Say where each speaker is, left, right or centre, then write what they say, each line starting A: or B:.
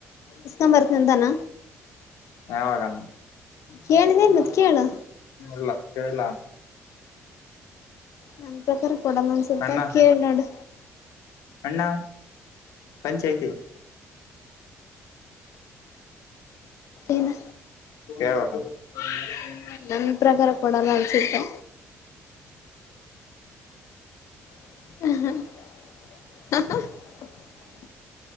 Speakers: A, on the left; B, on the left.
A: ಇಸ್ಕೊಂಡ್ ಬರ್ತನಂತಾನ
B: ಯವಗ -
A: ಕೇಳಿದೆ ಮತ್ ಕೇಳು
B: ಇಲ್ಲ ಕೇಳಲಾನ
A: ನನ್ ಪ್ರಕಾರ ಕೊಡಲ್ಲ ಅನ್ಸುತ್ತ
B: ಅಣ್ಣ
A: ಕೇಳ್ ನೋಡು
B: ಅಣ್ಣ ಪಂಚಿ ಐತಿ
A: ಏನು
B: <unintelligible>
A: ನಮ್ ಪ್ರಕಾರ ಕೊಡಲ್ಲ ಅನ್ಸತ್ತು <unintelligible>